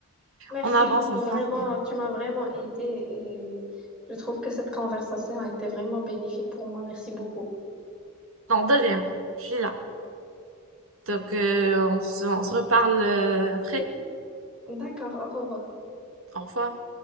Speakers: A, in the centre; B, on the right (about 65°).
A: Merci
B: on avance
A: beaucoup,
B: ensemble.
A: vraiment. Tu m'as vraiment aidée et je trouve que cette conversation a été vraiment bénéfique pour moi. Merci beaucoup.
B: Non, de rien. Je suis là. Donc, euh, on se, on se reparle euh, après.
A: D'accord, au revoir.
B: Au revoir.